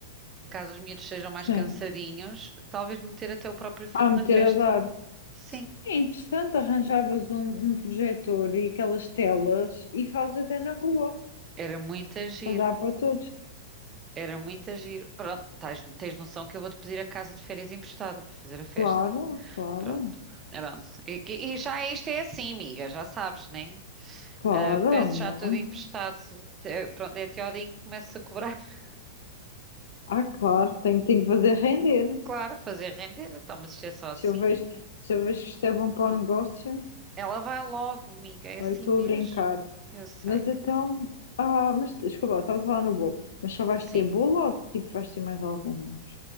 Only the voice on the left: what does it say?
sim.
Ah, meter
a dar.
É interessante, arranjavas um, um projetor e aquelas telas e fazes até na rua,
para dar para todos.
Claro, claro.
Claro,
não.
Ah, claro, tenho, tenho que fazer render.
Se eu vejo, se eu vejo que isto é bom para o negócio,
eu estou
a brincar.
Mas
então, ah, mas desculpa, lá, estavas a falar no bolo. Mas só vais
ter bolo ou tipo vais ter mais alguns